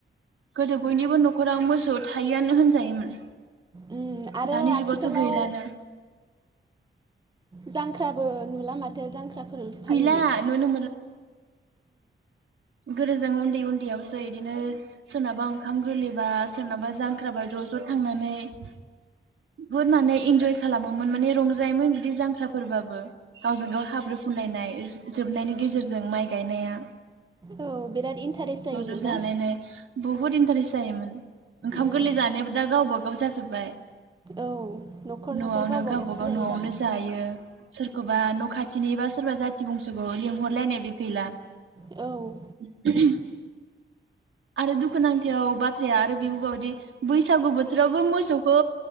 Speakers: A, on the right; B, on the right.
A: गोदो बयनिबो न'खराव मोसौ थायोआनो होनजायोमोन
B: उम आरो
A: दानि
B: आथिखालाव
A: जुगाथ' गैलानो
B: जांख्राबो नुला माथो जांख्राफोर फालिनाय
A: गैला नुनो गोदोजों उन्दै उन्दैयावसो बिदिनो सोरनाबा ओंखाम गोरलैबा सोरनाबा जांख्राबा ज' ज' थांनानै बुहुद माने इन्जय खालामोमोन माने रंजायोमोन बिुदि जांख्राफोरबाबो गावजों गाव हाब्रु फुनलायनाय जोबनायनि गेजेरजों माइ गायनाया
B: औ बिराद इन्टारेस्ट
A: ज'
B: जायोमोन
A: ज' जालायनाय
B: ना
A: बहुत इन्टारेस्ट जायोमोन ओंखाम
B: उम
A: गोरलै जानाया दा गावबा गाव जोबबाय
B: औ न'खर न'खर
A: न'आवनो
B: गावबा
A: गावबागाव
B: गावसो जायो
A: न'आवनो
B: दाना
A: जायो सोर सोरखौबा न' खाथिनि बा सोरबा जाथि बंस'खौ लिंहरलायनाय बे गैला
B: औ
A: <unintelligible> आरो दुखुनांथाव बाथ्राया आरो बेबो बावोदि बैसागु बोथोरावबो मोसौखौ